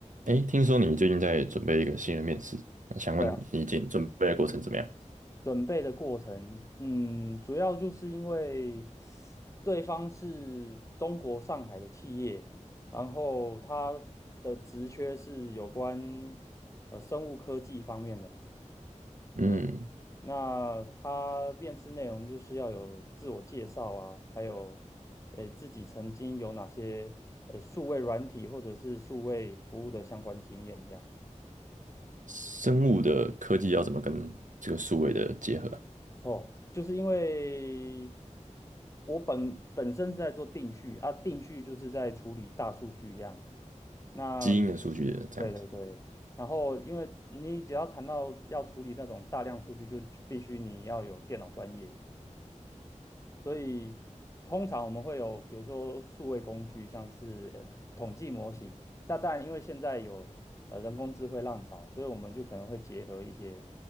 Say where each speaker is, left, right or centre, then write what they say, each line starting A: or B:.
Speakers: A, on the right (about 85°); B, on the left (about 25°).
A: 哎，听说你最近在准备一个新的面试，那想问你已经准备的过程怎么样？
B: 对啊，准备的过程，嗯，主要就是因为对方是中国上海的企业，然后他的职缺是有关呃生物科技方面的啦
A: 嗯，
B: 对啊那他面试内容就是要有自我介绍啊，还有诶自己曾经有哪些诶数位软体或者是数位服务的相关经验这样。
A: 生物的科技要怎么跟这个数位的结合啊？
B: 哦，就是因为我本本身是在做定序啊，定序就是在处理大数据这样。那
A: 基因的数据的这样子。
B: 对对对，然后因为你只要谈到要处理那种大量数据，就必须你要有电脑专业，所以通常我们会有，比如说数位工具，像是呃统计模型。但但因为现在有呃人工智慧浪潮，所以我们就可能会结合一些